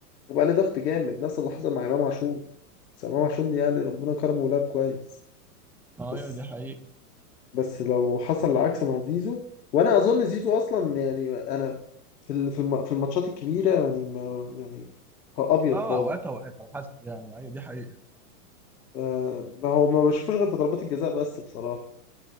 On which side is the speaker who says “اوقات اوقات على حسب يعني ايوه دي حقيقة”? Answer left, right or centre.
Centre